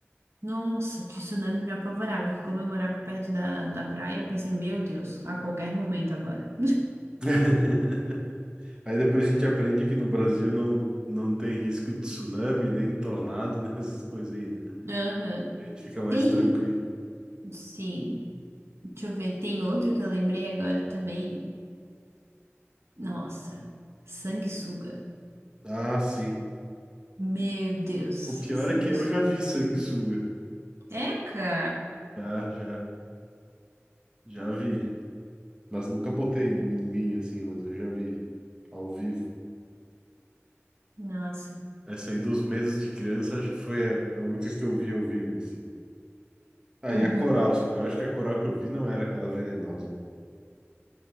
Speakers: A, on the right; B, on the right.
A: Nossa, tsunami me apavorava, que como eu morava perto da, da praia, eu pensei, meu Deus, a qualquer momento agora.
B: <laughs> Aí depois a gente aprende que no Brasil não, não tem risco de tsunami, nem tornado, <laughs> nem essas coisas aí, né?
A: Aham.
B: Aí a gente fica mais
A: Tem,
B: tranquilo.
A: sim. Deixa eu ver, tem outro que eu lembrei agora também. Nossa, sanguessuga.
B: Ah, sim.
A: Meu Deus,
B: O pior
A: sanguessuga.
B: é que eu já vi sanguessuga.
A: Eca!
B: Já, já, já vi. Mas nunca botei em mim assim, mas eu já vi ao vivo.
A: Nossa.
B: Essa aí dos medos de criança, acho que foi a, a única que eu vi ao vivo, assim. Ah,
A: Uhum.
B: e a coral, só que eu acho que a coral que eu vi não era aquela venenosa, né?